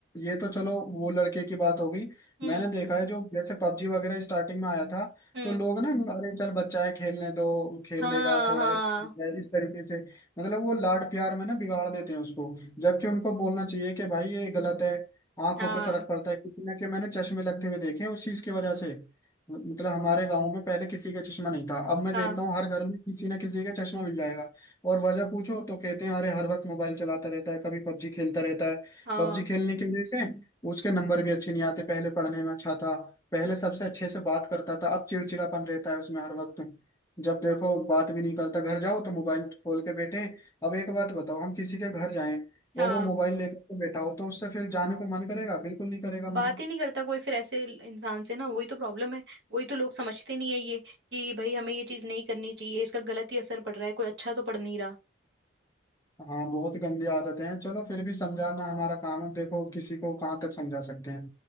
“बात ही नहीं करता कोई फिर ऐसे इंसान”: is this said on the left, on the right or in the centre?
Right